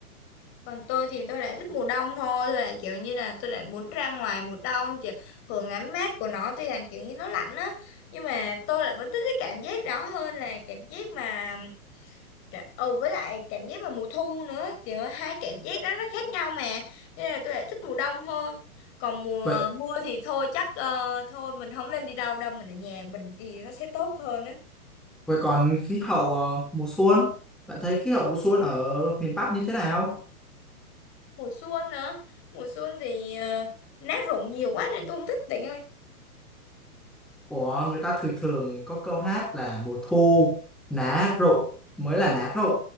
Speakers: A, on the left (about 25°); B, in the centre.
A: còn tôi thì tôi lại thích mùa đông thôi tôi lại kiểu như là tôi lại muốn ra ngoài mùa đông kiểu hưởng ánh mát của nó tuy rằng kiểu như nó lạnh á nhưng mà tôi lại vẫn thích cái cảm giác đó hơn là cảm giác mà cả- ừ với lại cảm giác vào mùa thu nữa kiểu hai cảm giác đó nó khác nhau mà nên là tôi lại thích mùa đông hơn còn mùa
B: vậy
A: mưa thì thôi chắc ờ, thôi mình không lên đi đâu đâu mình ở nhà mình thì nó sẽ tốt hơn á
B: vậy còn khí hậu ờ, mùa xuân bạn thấy khí hậu mùa xuân ở miền Bắc như thế nào
A: mùa xuân nữa mùa xuân thì ờ, lá rụng nhiều quá nên tôi không thích bạn ơi
B: Ủa, người ta thường thường có câu hát là mùa thu lá rụng mới là lá rụng